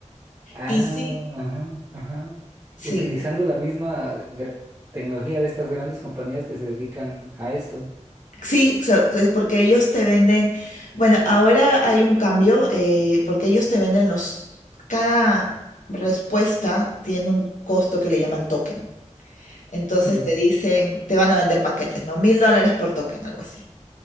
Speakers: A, on the right; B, on the left.
A: Ah,
B: Y sí,
A: ajá, ajá.
B: sí,
A: Utilizando la misma gra- tecnología de estas grandes compañías que se dedican a esto.
B: Sí, so- es porque ellos te venden, bueno, ahora hay un cambio, eh, porque ellos te venden los, cada respuesta tiene un costo que le llaman token. Entonces
A: Mm,
B: te dicen, te van a vender paquetes, ¿no? Mil dólares por token, algo así.